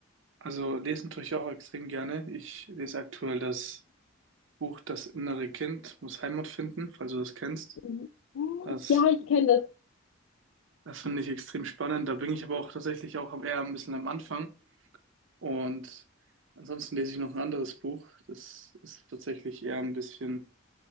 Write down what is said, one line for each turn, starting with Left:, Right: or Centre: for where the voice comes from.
Right: Also lesen tue ich auch extrem gerne. Ich lese aktuell das Buch Das innere Kind muss Heimat finden, falls du das kennst.
Left: Mhm.
Right: Das,
Left: Ja, ich kenne das
Right: das finde ich extrem spannend. Da bin ich aber auch tatsächlich auch am- eher ein bisschen am Anfang. Und ansonsten lese ich noch ein anderes Buch. Das ist tatsächlich eher ein bisschen,